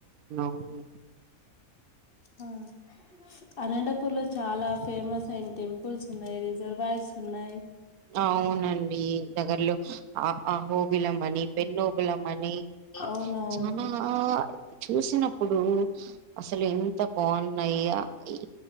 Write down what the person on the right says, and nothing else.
ఉహు ఉహు
అవునండి దగ్గర్లో అ అహోబిలమని పెన్నోబిలమని
చాలా చూసినప్పుడు అసలు ఎంత బాగున్నాయ ఇ